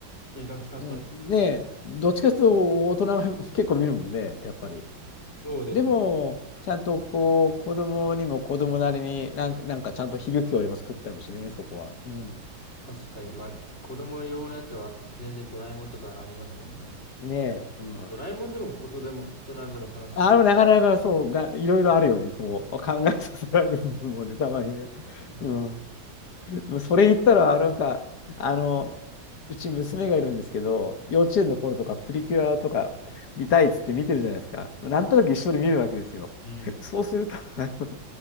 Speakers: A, on the left; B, on the left.
A: 描き方ってこと。
B: うん、ねえ、どっちかというと大人が <laughs> 結構見るもんね、やっぱり。
A: そうですね。
B: でも、ちゃんとこう、子供にも子供なりになんか、なんかちゃんと響きよりも作ってあるしね、そこは。うん。
A: 確かに。まあ、子供用のやつは全然ドラえもんとかありますもんね。
B: ねえ。うん。
A: ドラえもんでも大人でも、大人でも楽しめる。
B: あのなかなかそうが、いろいろあるよね。こう、考えさせられる部分もね、たまにね。
A: なんかう
B: うん。でもそれ言ったら、なんか、あの、うち娘がいるんですけど、幼稚園の頃とかプリキュアとか見たいっつって見てるじゃないですか。なんとなく一緒に見るわけですよ。
A: うん。
B: そうすると、あの、